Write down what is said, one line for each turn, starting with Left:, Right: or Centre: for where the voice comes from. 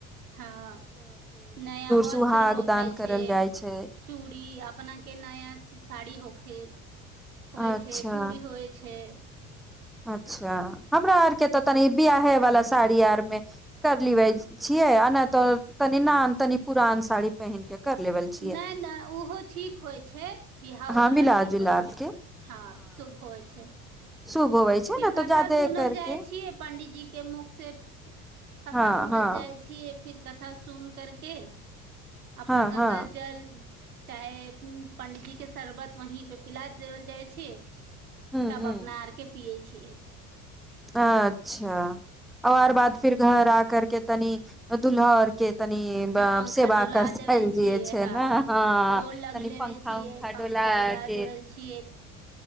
Right: हँ नया वस्त्र
Centre: सुहाग
Right: होखैय
Centre: दान
Right: छैय
Centre: करल जाइ छै
Right: चूड़ी अपना के नया साड़ी होखे होइ
Centre: अच्छा
Right: छैय चूड़ी होइ छैय
Centre: अच्छा हमरा आर के तऽ तनि बियाहे वाला साड़ी आर मे करलिबै छियै आ नहि तऽ निनान तनी पुरान साड़ी पहिन के कर लेबल छियै
Right: नहि नहि ओहो ठीक होइ छैय बियाहो
Centre: हँ
Right: वला
Centre: मिला
Right: ठीक
Centre: जुला
Right: होइ छैय
Centre: के
Right: हँ शुभ होइ छैय
Centre: शुभ होबै छै
Right: फिर
Centre: ने
Right: कथा
Centre: तऽ जादे
Right: सुनल
Centre: करके
Right: जाइ छियै पंडीजी के मुख से कथा
Centre: हँ
Right: सुनल
Centre: हँ
Right: जाइ छियैय फिर कथा सुन करके अपना
Centre: हँ
Right: गङ्गााजल
Centre: हँ
Right: चाहे पंडीजी के शर्बत वहीं पे पिला देवल जाइ छै
Centre: हूँ
Right: तब
Centre: हूँ
Right: अपना आर के पियै छियै
Centre: अच्छा आओर बाद फिर घर आ करके तनि दुल्हा आओर के तनि व
Right: पंखा
Centre: सेवा
Right: डोला
Centre: कसायल
Right: देबे छियै
Centre: जीयै छै
Right: हँ
Centre: न हाँ
Right: गोर
Centre: तनि
Right: लग लेबे
Centre: पंखा
Right: छियै
Centre: उखा
Right: पंखा
Centre: डोलाय
Right: डोला
Centre: के
Right: देवे छियै